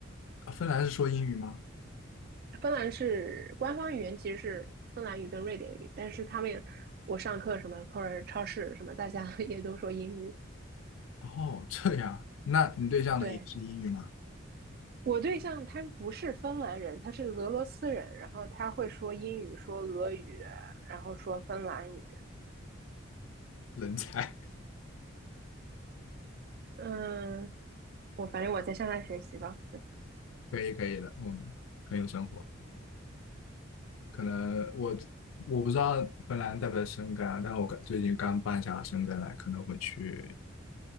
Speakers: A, on the left; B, on the right.
A: 芬兰是说英语吗？
B: 芬兰是官方语言其实是芬兰语跟瑞典语，但是他们也我上课什么或者超市什么，大家 <laughs> 也都说英语，
A: 哦，这样，那你对象呢也是英语吗？
B: 对。我对象他不是芬兰人，他是俄罗斯人，然后他会说英语、说俄语，然后说芬兰语。
A: 人才，
B: 嗯，我反正我在向他学习吧。
A: <laughs> 可以可以的，我们很有生活。可能我我不知道芬兰在不在申根啊，但我刚最近刚办下申根来，可能会去